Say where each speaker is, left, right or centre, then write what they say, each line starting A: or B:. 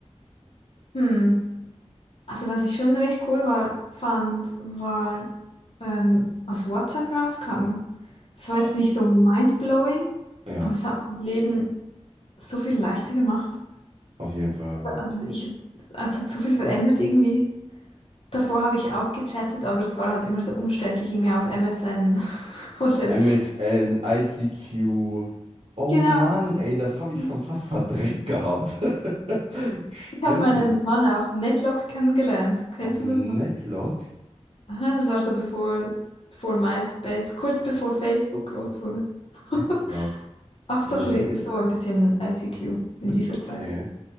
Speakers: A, on the left (about 55°); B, on the right (about 60°).
A: Hm. Also, was ich schon recht cool war, fand, war, ähm, als WhatsApp rauskam. Es war
B: Oh,
A: jetzt nicht so mindblowing,
B: ja,
A: aber es hat mein Leben so viel leichter gemacht.
B: auf jeden Fall. Ja.
A: Also, ich, es hat so viel verändert irgendwie. Davor habe ich auch gechattet, aber es war halt immer so umständlich, irgendwie auf MSN <laughs> oder.
B: MSN, ICQ. Oh
A: Genau.
B: Mann, ey, das habe ich
A: Ich
B: schon fast verdrängt gehabt. <laughs> Stimmt.
A: habe meinen Mann auf Netlog kennengelernt. Kennst
B: Auf Netlog?
A: du das noch? Aha, das war so bevor, es- vor MySpace, kurz bevor Facebook groß wurde. <laughs>
B: Netlog.
A: Auch so
B: Nee.
A: ein bisschen, so ein bisschen ICQ in dieser
B: Okay.
A: Zeit.